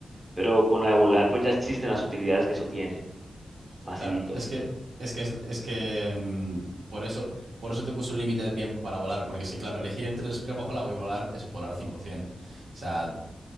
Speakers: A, on the right; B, on the right.
A: pero con la de volar, pues ya existen las utilidades que eso tiene. Facilito.
B: Claro, es que es que es, es que mm, por eso por eso te puso un límite de tiempo para volar, porque es que claro, elegir entre respirar bajo el agua y volar es volar 100%. O sea,